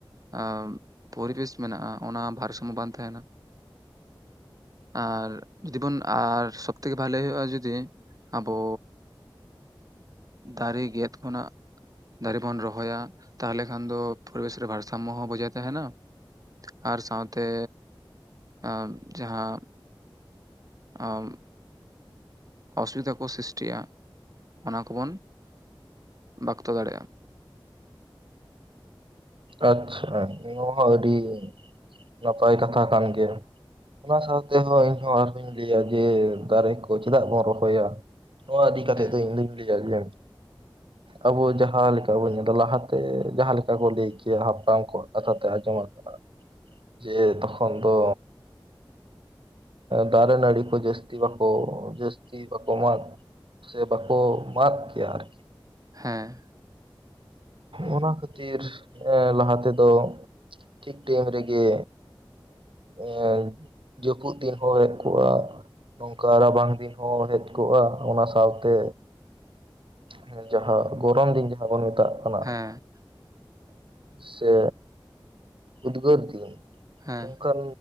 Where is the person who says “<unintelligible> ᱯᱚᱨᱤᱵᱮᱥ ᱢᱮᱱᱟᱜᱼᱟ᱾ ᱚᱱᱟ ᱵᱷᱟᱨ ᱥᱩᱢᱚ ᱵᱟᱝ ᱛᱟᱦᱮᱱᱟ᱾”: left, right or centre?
Right